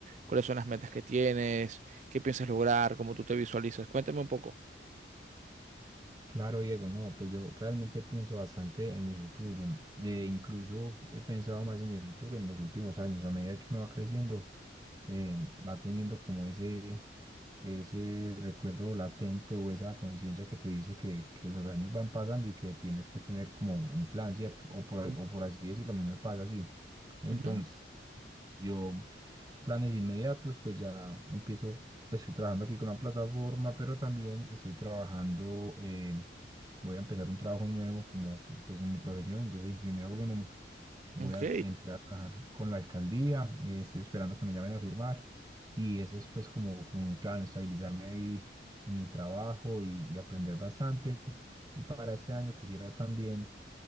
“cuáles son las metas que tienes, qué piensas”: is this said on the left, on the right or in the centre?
Right